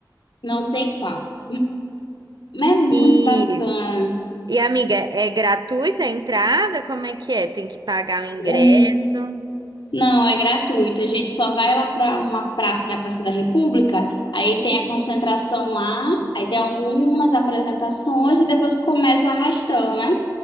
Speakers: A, on the left; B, on the right.
A: não sei qual. Mas é muito
B: E,
A: bacana.
B: e amiga, é gratuita a entrada? Como é que é? Tem que pagar o ingresso?
A: Hum, Não, é gratuito. A gente só vai lá para uma praça, que é a Praça da República. Aí tem a concentração lá, aí tem algumas apresentações e depois começa o arrastão, né?